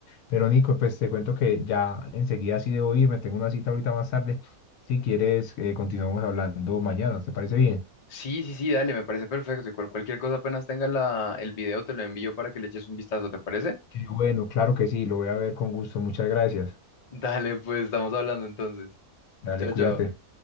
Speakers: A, on the left; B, on the left.
A: Pero Nico, pues te cuento que ya enseguida sí debo irme, tengo una cita ahorita más tarde. Si quieres, eh, continuamos hablando mañana, ¿te parece bien?
B: Sí, sí, sí, dale, me parece perfecto. Y cual- cualquier cosa apenas tenga la, el video, te lo envío para que le eches un vistazo, ¿te parece?
A: Qué bueno, claro que sí, lo voy a ver con gusto, muchas gracias.
B: Dale, pues estamos hablando entonces.
A: Dale,
B: Chao,
A: cuídate.
B: chao.